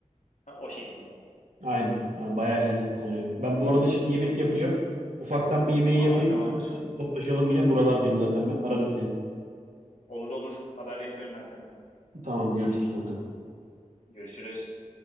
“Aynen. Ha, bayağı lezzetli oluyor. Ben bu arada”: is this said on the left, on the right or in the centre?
Right